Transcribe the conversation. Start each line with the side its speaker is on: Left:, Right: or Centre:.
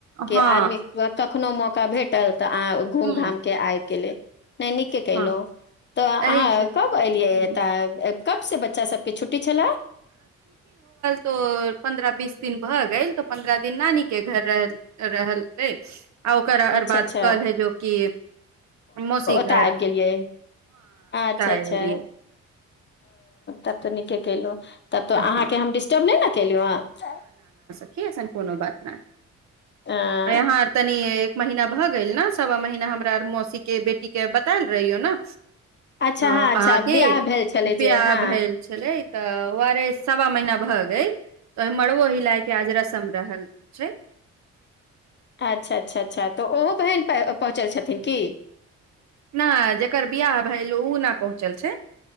Left: के
Right: हँ
Left: आदमी त कखनो मौका भेटल तऽ अह घूम
Right: हूँ
Left: घाम के आबि गेले नहि नीके कलहुँ
Right: हँ
Left: तऽ अहाँ
Right: एहि से
Left: कब एलियै
Right: हूँ
Left: एतऽ कबसँ बच्चा सबके छुट्टी छलए
Right: तऽ पन्द्रह बीस दिन भऽ गेल तऽ पन्द्रह दिन नानीके घर रहल रहलै आ ओकर अर
Left: अच्छा
Right: बाद
Left: अच्छा
Right: कल है जो की मौसीक
Left: आब गेलियै अच्छा अच्छा
Right: एलियै
Left: तब त तेल तब तो
Right: हँ
Left: अहाँके हम डिस्टर्ब नहि ने केलहुँ हँ
Right: की कोनो बात नहि
Left: अं,
Right: यहाँ आर तनी एक महीना भऽ गेल ने सवा महीना हमरा मौसी के बेटीक के बतायल रहियौ ने
Left: अच्छा
Right: अहाँके
Left: हँ अच्छा बियाह भेल छलै
Right: बियाह
Left: जे हँ
Right: भेल छलै तऽ ओ आरे सवा महीना भऽ गेल तऽ ओहि मड़बो हिलायके आज रस्म रहल छै
Left: अच्छा अच्छा अच्छा तऽ ओहो बहिन पहुँचल छथिन की
Right: नहि जकर बिियाह भाय ओ नहि पहुँचल छै